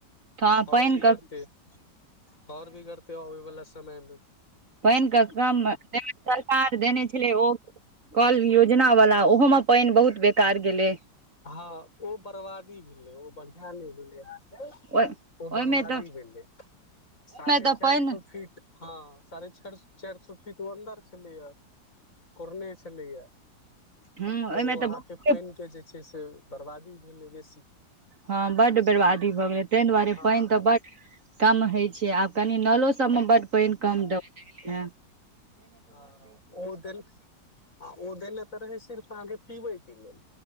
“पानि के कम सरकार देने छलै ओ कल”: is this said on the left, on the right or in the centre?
Right